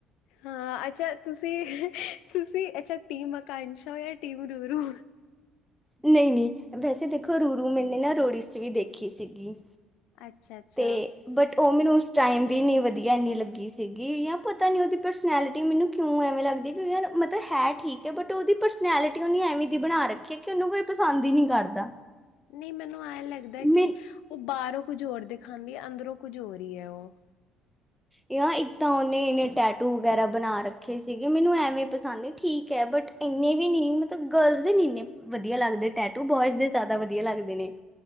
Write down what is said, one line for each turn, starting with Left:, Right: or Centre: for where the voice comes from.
Left: ਹਾਂ ਅੱਛਾ ਤੁਸੀਂ-ਤੁਸੀਂ ਅੱਛਾ ਟੀਮ ਅਕਾਸ਼ੋਂ ਜਾਂ ਟੀਮ ਰੂਰੂ
Centre: ਨਹੀਂ-ਨਹੀਂ ਵੈਸੇ ਦੇਖੋ ਰੂੂਰੂ ਮੈਨੇ ਨਾ ਰੋੜੀ ਚ' ਵੀ ਦੇਖੀ ਸੀਗੀ
Left: ਅੱਛਾ ਅੱਛਾ
Centre: ਤੇ ਬਟ ਉਹ ਮੈਨੂੰ ਉਸ ਟਾਇਮ ਵੀ ਨੀਂ ਵਧੀਆਂ ਇੰਨੀਂ ਲੱਗੀ ਸੀਗੀ, ਜਾਂ ਪਤਾਂ ਨੀ ਉਹਦੀ ਪਰਸਨੈਲਿਟੀ ਮੈਨੂੰ ਕਿਉਂ ਐਵੇਂ ਲੱਗਦੀ ਕਿ ਯਾਰ ਮਤਲਬ ਹੈ ਠੀਕ ਐ, ਬਟ ਉਹਦੀ ਪਰਸਨੈਲਿਟੀ ਉਹਨੇ ਐਵੇਂ ਦੀ ਬਣਾਂ ਰੱਖ ਕਿਉਂਕਿ ਉਹਨੂੰ ਕੋਈ ਪਸੰਦ ਹੀ ਨੀਂ ਕਰਦਾ
Left: <inaudible> ਨਹੀਂ ਮੈਨੂੰ ਐ ਲੱਗਦਾ ਕਿ
Centre: ਮੇ
Left: ਉਹ ਬਾਹਰੋਂ ਕੁਝ ਹੋਰ ਦੇਖਾਂਦੀ ਐ, ਅੰਦਰੋਂ ਕੁਝ ਹੋਰ ਈ ਐ ਉਹ
Centre: ਯਾ ਇੱਕ ਤਾਂ ਉਹਨੇ ਏਨੇ ਟੈਟੂ ਵਗ਼ੈਰਾ ਬਣਾਂ ਰੱਖੇ ਸੀਗੇ, ਮੈਨੂੰ ਐਵੇਂ ਪਸੰਦ ਨੀ ਠੀਕ ਹੈ ਬਟ ਏਨੇ ਵੀ ਨੀ ਮਤਲਬ ਗਰਲਜ਼ ਦੇ ਨੀ ਏਨੇ ਵਧੀਆਂ ਲੱਗਦੇ ਟੈਟੂ, ਬੋਇਜ਼ ਦੇ ਜ਼ਿਆਦਾ ਵਧੀਆਂ ਲੱਗਦੇ ਨੇ